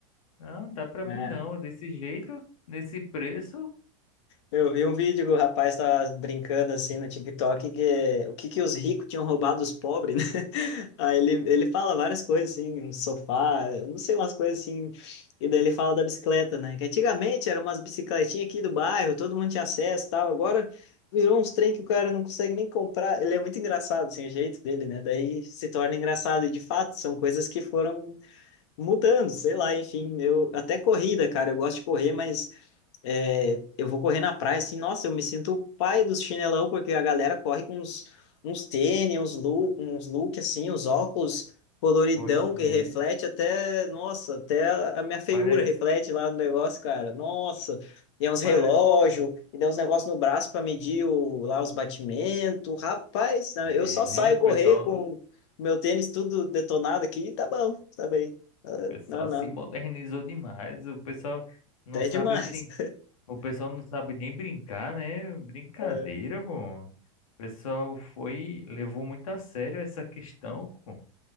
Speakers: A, on the left; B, on the left.
A: Não, dá pra
B: É.
A: mim não, desse jeito, nesse preço.
B: Eu vi um vídeo que o rapaz tava brincando assim no TikTok que o que que os ricos tinham roubado dos pobres, né? <laughs> Aí ele, ele fala várias coisas assim, um sofá, eu não sei, umas coisas assim. E daí ele fala da bicicleta, né? Que antigamente eram umas bicicletinhas aqui do bairro, todo mundo tinha acesso e tal. Agora virou uns trem que o cara não consegue nem comprar. Ele é muito engraçado, assim, o jeito dele, né? Daí se torna engraçado. E de fato, são coisas que foram mudando, sei lá, enfim, eu até corrida, cara, eu gosto de correr, mas é, eu vou correr na praia assim, nossa, eu me sinto o pai dos chinelão, porque a galera corre com uns, uns tênis, uns look, uns look assim, os óculos coloridão
A: Pois
B: que
A: é,
B: reflete até, nossa, até a minha feiura
A: parece,
B: reflete lá no negócio, cara. Nossa, e é uns relógio,
A: para.
B: e dá uns negócios no braço para medir o, lá os batimentos. Rapaz, né,
A: É,
B: eu só saio
A: o
B: correr
A: pessoal,
B: com
A: o
B: meu tênis tudo detonado aqui, tá bom, tá bem. Ah,
A: pessoal
B: Não,
A: se
B: não,
A: modernizou demais. O pessoal não
B: até
A: sabe
B: demais.
A: brin...
B: <laughs>
A: O pessoal não sabe nem brincar, né? Brincadeira,
B: É.
A: pô. O pessoal foi, levou muito a sério essa questão, pô.